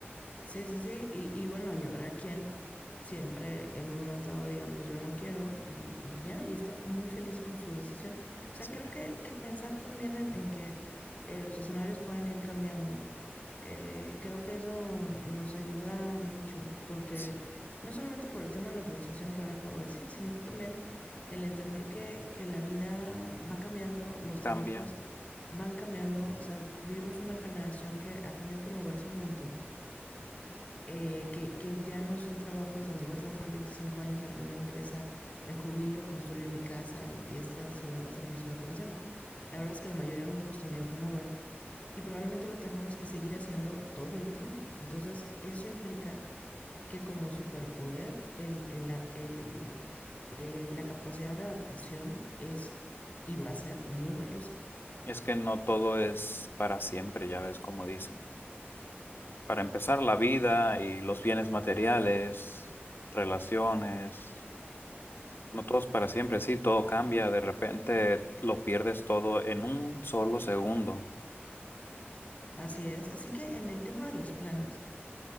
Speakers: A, on the left; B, on the left.
A: Sí, sí, sí. Y, y bueno, y habrá quien siempre en un momento dado diga, pues yo no quiero y, y ya, y está muy feliz con su decisión. O sea,
B: Sí.
A: creo que, que pensar también en, en que eh, los escenarios pueden ir cambiando, eh, creo que eso nos ayuda mucho, porque
B: sí.
A: no solamente por el tema de la frustración que ahora acabo de decir, sino también el entender que, que la vida va cambiando, los trabajos
B: Cambia.
A: van cambiando, o sea, vivimos una generación que ha tenido que moverse un montón eh, que, que ya no son trabajos donde voy a trabajar 25 años en la misma empresa, me jubilo, construyo mi casa y esta ciudad va a ser mi ciudad para siempre. La verdad es que la mayoría nos hemos tenido que mover y probablemente lo tengamos que seguir haciendo todo el tiempo. Entonces, eso implica que como superpoder, el, el- la el- el- la capacidad de adaptación es y va a ser muy valiosa.
B: Es que no todo es para siempre, ya ves como dicen. Para empezar, la vida y los bienes materiales, relaciones. No todos para siempre, sí, todo cambia, de repente lo pierdes todo en un solo segundo.
A: Así es. Así que en el tema de los planes,